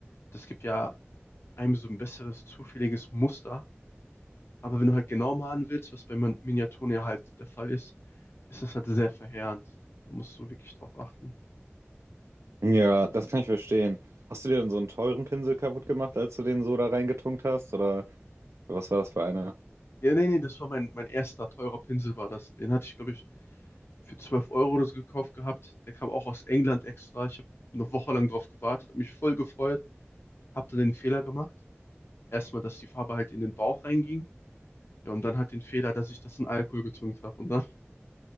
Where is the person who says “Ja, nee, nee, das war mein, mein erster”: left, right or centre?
Left